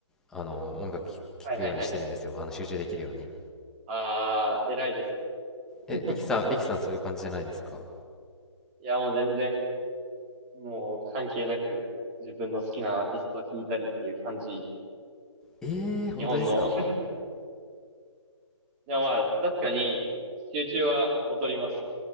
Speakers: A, in the centre; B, on the right (about 20°).
A: あの、音楽聞聞くようにしてるんですよ。
B: はい、はい、はい。
A: あの、集中できるように。
B: あー、偉いですね。
A: え、
B: <laughs>
A: リキさん、リキさんそういう感じじゃないですか
B: いや、もう全然、もう関係なく、自分の好きなアーティストを聴いたりっていう感じ。
A: ええー、本当ですか
B: 日本の。<laughs> でもまあ、確かに、集中は劣ります。